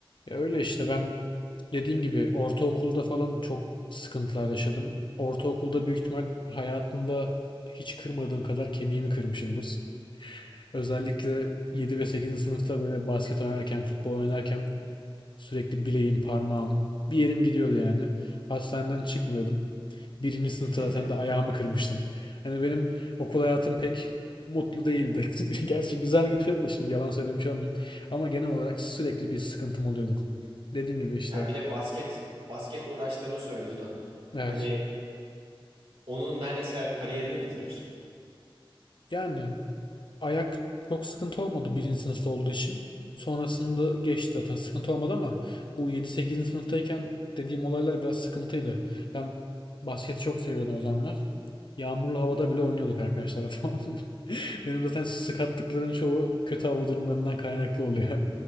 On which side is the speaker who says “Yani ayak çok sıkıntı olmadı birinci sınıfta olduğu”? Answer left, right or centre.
Left